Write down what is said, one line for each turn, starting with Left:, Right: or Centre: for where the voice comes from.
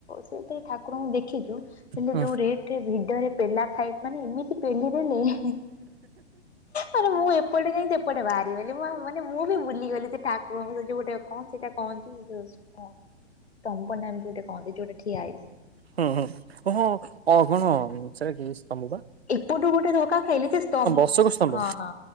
Left: ସେଥିରେ ଠାକୁରଙ୍କୁ ଦେଖିଛୁ ହେଲେ
Right: ହୁଁ
Left: ଯୋଉ ରେ ସେ ଭିଡରେ ପେଲା ଖାଇବା ପାଇଁ ମାନେ ଏମିତି ପେଲି ଦେଲେ ହେଁ ମାନେ ମୁଁ ଏପଟେ ଯାଇ ସେପଟେ ବାହାରିଗଲି ମାନେ ମୁଁ ବି ଭୁଲିଗଲି ସେ ଠାକୁରଙ୍କୁ ଯଉ ଗୋଟେ କଣ ସେଇଟା କହନ୍ତି ଯୋଉ ସ୍ତ- ସ୍ତମ୍ବ ନା ଏମିତି ଗୋଟେ କଣ ଯୋଉଟା ଠିଆ ହେଇଥାଏ।
Right: ହଁ ହଁ ଓହୋ ଅ କଣ ସେଟା କିସ୍ତମ୍ଭବା।
Left: ଏପଟୁ ଗୋଟେ ଧକ୍କା ଖାଇଲି ସେ ସ୍ତମ୍ଭ
Right: ଅଶୋକ ସ୍ତମ୍ଭ
Left: ହଁ ହଁ